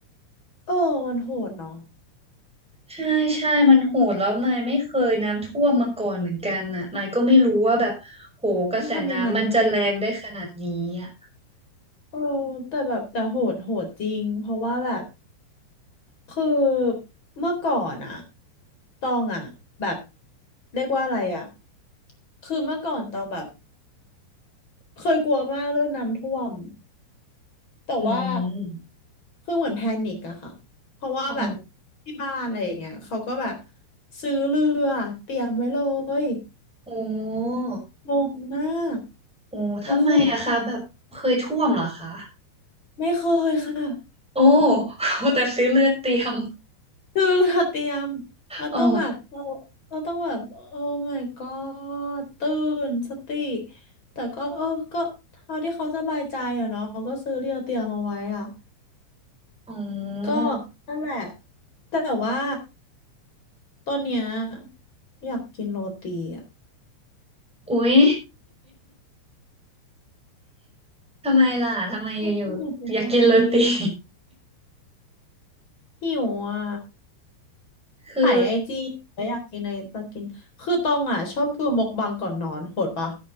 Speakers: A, on the left (about 25°); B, in the centre.
A: เออมันโหดเนาะ
B: ใช่ใช่มันโหดแล้วมายไม่เคยน้ำท่วมมาก่อนเหมือนกันอ่ะมายก็ไม่รู้ว่าแบบโหกระแสน้ำมันจะแรงได้ขนาดนี้อ่ะ
A: ต้องทำยังไงด้วยวะเออแต่แบบแต่โหดโหดจริงเพราะว่าแบบคือเมื่อก่อนอะตองอะแบบเรียกว่าอะไรอะคือเมื่อก่อนตองแบบเคยกลัวมากเรื่องน้ำท่วมแต่ว่า
B: อืม
A: คือเหมือนแพนิคอะค่ะเพราะว่าแบบ
B: อ๋อ
A: ที่บ้านอะไรอย่างเงี้ยเขาก็แบบซื้อเรือเตรียมไว้เลย
B: โอ้
A: งงมาก
B: โอ้ทำไมอะคะแบบเคยท่วมเหรอคะ
A: แล้วคือต้อง ไม่เคยค่ะ
B: โอ้ <laughs> แต่ซื้อเลือดเตรียม
A: คือเราเตรียมเราต้องแบบเรา
B: อ๋อ
A: เราต้องแบบโอ้ my god ตื่นสติแต่ก็เออก็เท่าที่เขาสบายใจอะเนาะก็ซื้อเรียวเตรียมมาไว้อ่ะ
B: อ๋อ
A: ก็นั่นแหละแต่ว่าตอนเนี้ยอยากกินโรตีอ่ะ
B: อุ๊ยทำไมล่ะ ทำไมอยู่ๆอยากกินโรตี
A: ก็ต้องอยากกินโรตีอะ
B: <laughs>
A: หิวอ่ะ
B: คือ
A: ถ่ายไอจีแล้วอยากกินอะไรจะกินคือตองอ่ะชอบดูมกบังก่อนนอนโหดปะ